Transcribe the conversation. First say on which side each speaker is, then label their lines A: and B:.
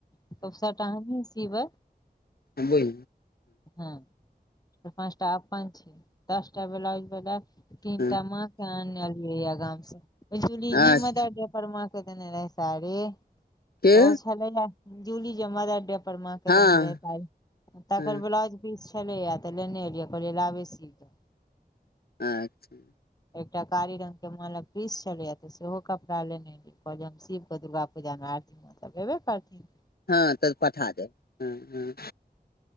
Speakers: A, on the left (about 20°); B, on the left (about 65°).
A: तब सबटा हमही सीबै?
B: दुबई
A: हँ, तऽ पाँचटा अपन छै, दस टा ब्लाउज भेलै? तीनटा
B: हँ
A: माँ के आनलियै या गाम स, पैनसूली
B: अच्छा
A: नैय मदर डे पर माँ के देने रहै साड़ी?
B: के
A: तऽ ओ छलैंन हैं जूली जे मदर डे पर माँ के
B: हँ
A: देने रहै साड़ी, तकर
B: हँ
A: ब्लाउज पीस छलै यैऽ तऽ लेने एलियै, कहलियै लाबै सीब देखौ।
B: अच्छा।
A: एकटा कारी रंग के माँ लग पीस छलैया त सेहो कपड़ा लेने कहलियै हम सीब क दुर्गा पूजा में, आरती में त जेबे करथिन।
B: हँ तऽ पठा देब, ह-ह।